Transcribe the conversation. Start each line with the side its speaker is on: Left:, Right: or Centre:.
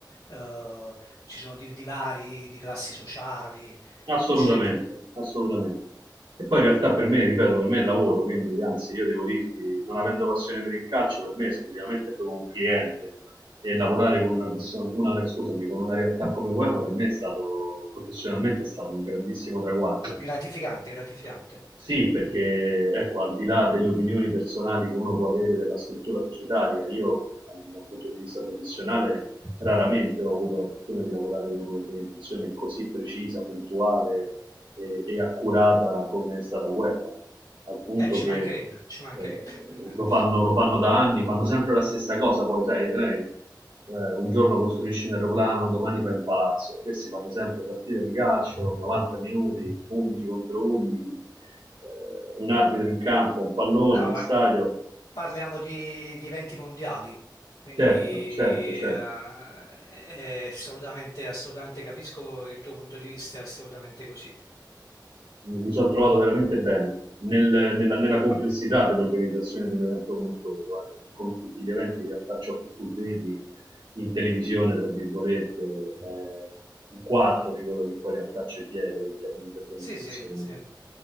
Left: eh, ci sono di- divari di classi sociali,
Right: assolutamente,
Left: eccetera.
Right: assolutamente. E poi in realtà per me, ripeto, per me è lavoro, quindi anzi io devo dirti, non avendo passione per il calcio, per me esclusivamente è proprio un cliente e lavorare con una persona, una, scusami, con una realtà come UEFA per me è stato, professionalmente è stato un grandissimo traguardo
Left: Gratificante, gratificante.
Right: Sì, perché ecco, al di là delle opinioni personali che uno può avere della struttura societaria, io al- da un punto di vista professionale raramente ho avuto la fortuna di lavorare con un'organizzazione così precisa, puntuale e, e accurata come è stata UEFA, al punto
Left: Eh, ci
Right: che
Left: mancherebbe, ci mancherebbe.
Right: eh,
Left: <laughs>
Right: lo fanno, lo fanno da anni, fanno sempre la stessa cosa, poi sai, noi, eh, un giorno costruisci un aeroplano, domani fai un palazzo, questi fanno sempre partite di calcio, 90 minuti, 11 contro 11 eh, un arbitro in campo, un pallone,
Left: No,
Right: uno
Left: ma
Right: stadio.
Left: parliamo di, di eventi mondiali, quindi
Right: Certo, certo, certo.
Left: eh, è assolutamente, assolutamente capisco il tuo punto di vista, è assolutamente così.
Right: Mi, mi sono trovato veramente bene nel- nella, nella complessità dell'organizzazione di un evento come quello, eh, perché come tutti gli eventi, in realtà ciò che tu vedi in televisione, tra virgolette, è un quarto di quello che poi in realtà c'è dietro in termini di organizzazione.
Left: Sì, sì, sì.